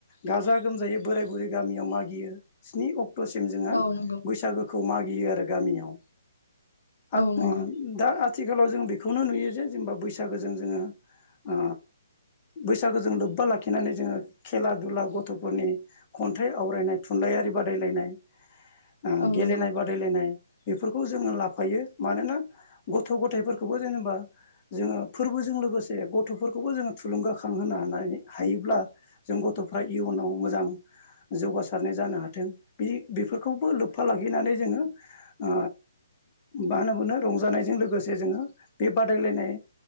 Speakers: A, on the left; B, on the left.
A: गाजा गोमजायै बोराय बुरै गामियाव मागियो स्नि अक्ट टसिम जोङा
B: औ नंगौ
A: बैसागुखौ खौ मागियो आरो गामियाव दा
B: औ नंगौ
A: आथिखालाव जों बेखौनो नुयो जे जेनेबा बैसागोजों जोङो ओ बैसागोजों लोब्बा लाखिनानै जोङो खेला दुला गथ'फोरनि खन्थाइ आवरायनाय थुनलाइयारि बादायलायनाय ओ
B: औ
A: गेलेनाय
B: नंगौ
A: बादायलायनाय बेफोरखौ जोङो लाफायो मानोना गथ' गथायाइफोरखौबो जेनेबा जोङो फोरबोजों लोगोसे गथ'फोरखौबो जोङो थुलुंगाखां होनोनो हानाय हायोब्ला जों गथ'फ्रा इयुनाव मोजां जौगासारनाय जानो हाथों बि बेफोरखौबो लोब्फा लाखिनानै जोङो ओ माहोना बुंदों रंजानायजों लोगोसे जोङो बे बादायलायनाय